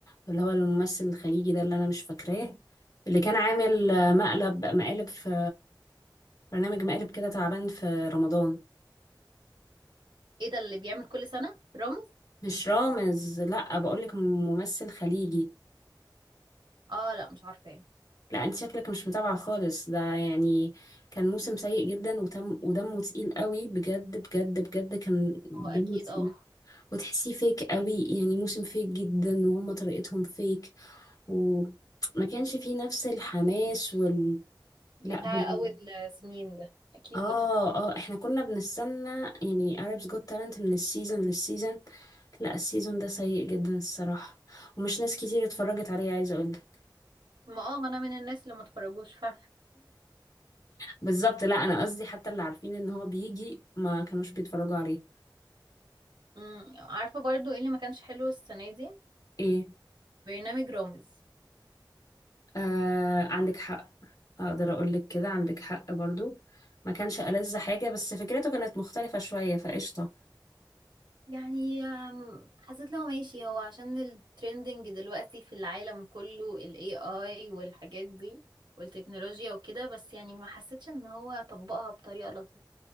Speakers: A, on the left; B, on the right.
A: واللي هو الممثل الخليجي ده اللي انا مش فاكراه اللي كان عامل مقلب مقالب في برنامج مقالب كده تعبان في رمضان
B: <laughs> ايه ده اللي بيعمل كل سنه رامز
A: مش رامز لا بقولك ممثل خليجي
B: اه لا مش عارفه ايه
A: لا انت شكلك مش متابعة خالص ده يعني كان موسم سيء جدا وتم ودمه تقيل قوي بجد بجد بجد كان دمه
B: هو اكيد
A: تقيل
B: اه
A: وتحسيه فيك قوي يعني موسم فيك جدا وهم طريقتهم فيك وما كانش فيه نفس الحماس وال
B: بتاع
A: لا بال...
B: اول آه، سنين ده اكيد
A: اه
B: لا
A: اه احنا كنا بنستنى يعني Arabs Got Talent من السيزون للسيزون لا السيزون ده سيء جدا الصراحة ومش ناس كتير اتفرجت عليه عايزة اقولك
B: ما اه ما انا من الناس اللي ما اتفرجوش فعلا
A: بالظبط لا انا قصدي حتى اللي عارفين ان هو بيجي ما كانوش بيتفرجوا عليه
B: أمم، عارفه برضو ايه اللي ما كانش حلو السنه دي
A: ايه
B: برنامج رامز
A: آه عندك حق اقدر اقول لك كده عندك حق برضو ما كانش ألذ حاجة بس فكرته كانت مختلفة شوية فقشطة
B: يعني أم، حسيت لو ماشي هو عشان الترندنج دلوقتي في العالم كله ال AI والحاجات دي والتكنولوجيا وكده بس يعني ما حسيتش ان هو طبقها بطريقة لطيفة